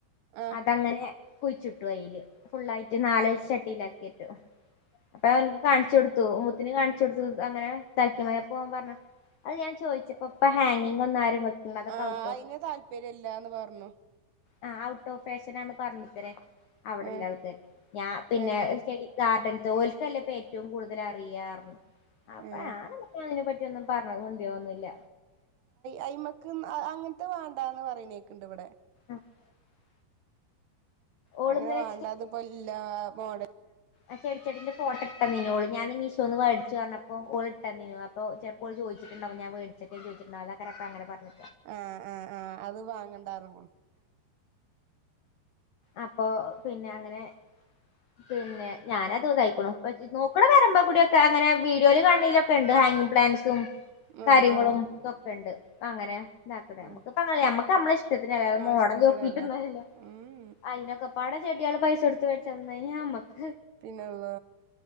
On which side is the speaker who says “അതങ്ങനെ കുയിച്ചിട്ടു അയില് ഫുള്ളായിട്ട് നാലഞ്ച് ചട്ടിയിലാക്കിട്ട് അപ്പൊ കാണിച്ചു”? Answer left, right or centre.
Left